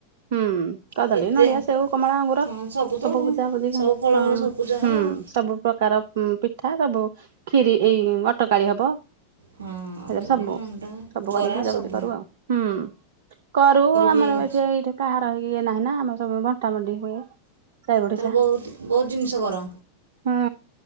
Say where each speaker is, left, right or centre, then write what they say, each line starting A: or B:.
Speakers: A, on the right; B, on the right.
A: ହୁଁ କଦଳୀ,
B: କେତେ
A: ନଡିଆ, ସେଉ, କମଳା, ଅଙ୍ଗୁର
B: ହଁ ତ
A: ସବୁ
B: ଆଉ
A: ପୂଜା-ପୁଜି କଣ
B: ସବୁ ଫଳମୂଳ ସବୁ ପୂଜା ହବ
A: ହୁଁ
B: ଆଉ।
A: ସବୁ ପ୍ରକାର ପିଠା ସବୁ ଖିରି ଏଇ ଅଟକାଳି ହବ।
B: ହଁ
A: ସେଥିରେ
B: ଅତକାଳି
A: ସବୁ
B: ମଣ୍ଡା
A: ସବୁ କରିକି
B: ବରା
A: ପୂଜାପୂଜି
B: ସବୁ
A: କରୁ ଆଉ, ହୁଁ କରୁ ଆମର
B: ବି ଅଛି।
A: ଏଇଠି ଏଇଠେ କାହାର ହେଇ ଇଏ ନାହିଁ ନା ଆମର ସବୁ ବଣ୍ଟାବଣ୍ଟି ହୁଏ। ସାଇ ପଡିଶା
B: ତାହେଲେ ବହୁତ୍-ବହୁତ୍ ଜିନିଷ କର,
A: ହୁଁ